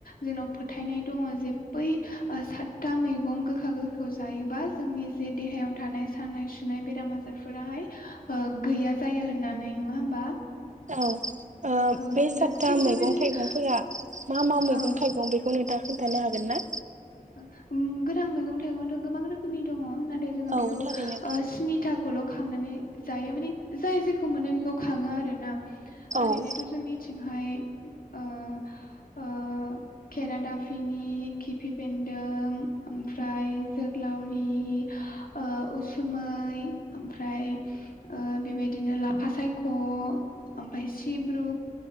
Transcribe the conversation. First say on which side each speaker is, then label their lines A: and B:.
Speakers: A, on the left; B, on the right.
A: जोंनाव फोथायनाय दङ जे बै सातथा मैगं गोखा गोखैखौ जायोबा जोंनि जे देहायाव थानाय सानाय सुनाय बेराम आजारफोराहाय गैया जायो होननानै नङा होमबा?
B: औ ओ
A: औ
B: बे
A: जों
B: सातथा
A: दा थिग
B: मैगं
A: बेबायदिनो
B: थाइगंफोरा मा मा मैगं
A: औ
B: थाइगं बेखौ नोंथां खिन्थानो हागोन ना?
A: ओ उम गोथां मैगं थाइगंआथ' गोबां रोखोमनि दङ। नाथाय जोङो
B: औ
A: बेखौ
B: थारैनो
A: ओ स्निथाखौल' खांनानै जायो माने जाय जेखौ मोनो बेखौ खाङो आरोना।
B: औ
A: ओरैनोथ' जोंनिथिंहाय ओ ओ केेरादाफिनि, खिफि बेन्दों ओमफ्राय जोग्लावरि, ओ उसुमै, ओमफ्राय ओ बेबायदिनो लाफा सायख' ओमफ्राय सिब्रु